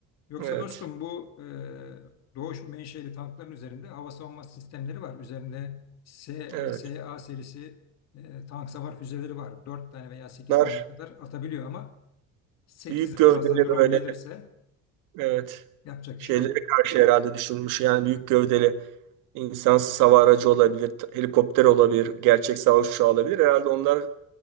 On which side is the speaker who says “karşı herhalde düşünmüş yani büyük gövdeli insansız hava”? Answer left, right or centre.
Right